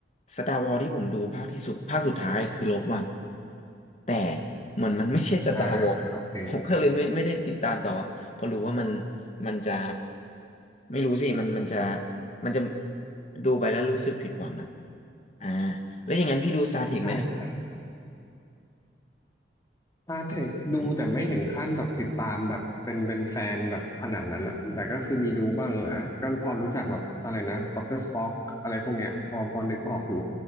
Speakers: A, on the left (about 35°); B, on the left (about 20°).
A: สตาร์วอ s ที่ผมดูภาคที่สุดภาคสุดท้ายคือโลกวันแต่เหมือนมันไม่ใช่สตาร์วอ
B: อ่า
A: s
B: โอเค
A: ผมก็เลยไม่ไม่ได้ติดตามต่ออะเพราะรู้ว่ามันมันจะไม่รู้สิมันมันจะมันจะดูไปแล้วรู้สึกผิดหวังอะอ่าแล้วอย่างนั้นพี่ดู Star Trek
B: ใช่
A: ไหม
B: ตาเทคดูแต่ไม่ถึงขั้นแบบติดตามแบบเป็นเป็นแฟนแบบขนาดนั้นอะแต่ก็คือมีดูบ้างนะก็พอรู้จักแบบอะไรนะด็อกเตอร์สป็อกอะไรพวกเนี้ยพอพอนึกออกอยู่
A: กับไอซ์